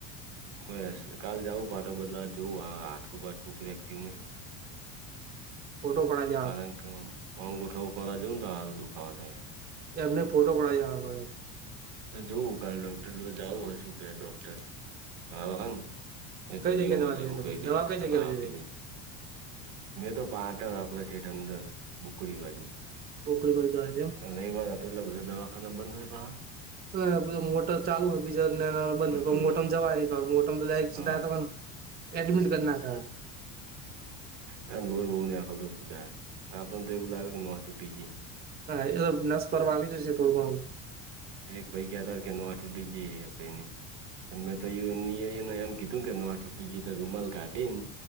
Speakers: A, on the right; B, on the right.
A: કોઈ હ કાલ જઉું પાટો બદલા જોવું આ હાટકું બાટકું કેરેક નહી.
B: ફોટો પડા દે.
A: કારણ કે હ પંગંગોઠવું પડ જોઉ તોાર દુખાવા થાય.
B: એમને ફોટો પડાયે આવાનું.
A: જોવું કાલે ડોક્ટર જાવું હ શું કે ડોક્ટર. હારો હન એ તો
B: કઈ
A: જેવું
B: જગ્યા દવા
A: હશે
B: લીધી
A: એવું
B: તમે
A: કહી દે
B: દવા કઈ
A: સલાહ
B: જગ્યા
A: આપી
B: લીધી
A: દે. મેં તો પાટણ આપડા છેઠ અંદર બુકડી બાજુ.
B: બોકડી બધી દવા લીધી
A: રહી વાત તો એટલે બધા દવાખાના બંધ હોય પ હ
B: હધ મોટર ચાલુ હોય બીજા બંધ હોય
A: હમમ
B: મોટર ને જવા. સમુદાય
A: હા
B: સીતા એડમિટ કરના છે.
A: હ લોહી બહુ ન આખતોા આપણને તો એવું લાગે કે ન તૂટી જઈ.
B: હા એ નસ પર માંગી જશે થોડું.
A: એક ભૈઈ કેતા તા કે ન આ ટૂટ દીજએઈ નહી. ત મેમે તો એમ એમ કીધું કેી મલ કાઢી ને.